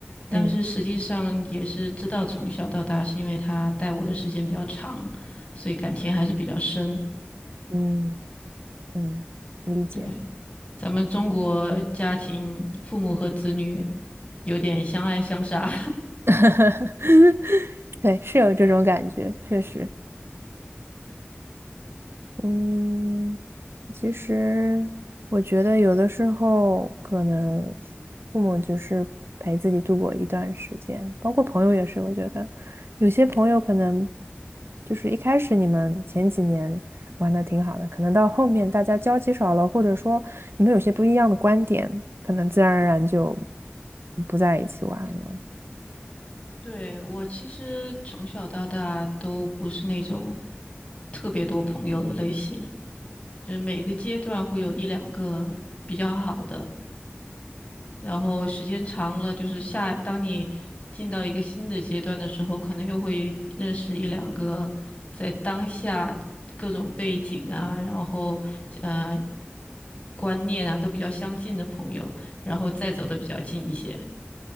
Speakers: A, on the left (about 30°); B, on the right (about 75°).
A: 但是实际上也是知道从小到大是因为她带我的时间比较长，
B: 嗯
A: 所以感情还是比较深。
B: 嗯嗯，理解。
A: 对，咱们中国家庭，父母和子女有点相爱相杀。
B: <laughs> 对，是有这种感觉，确实。嗯，其实我觉得有的时候可能父母只是陪自己度过一段时间，包括朋友也是。我觉得有些朋友可能就是一开始你们前几年玩的挺好的，可能到后面大家交集少了，或者说你们有些不一样的观点，可能自然而然就不在一起玩了。
A: <laughs> 对，我其实从小到大都不是那种特别多朋友的类型，就是每个阶段会有一两个比较好的，然后时间长了，就是下，当你进到一个新的阶段的时候，可能又会认识一两个在当下各种背景啊，然后呃观念啊都比较相近的朋友，然后再走的比较近一些。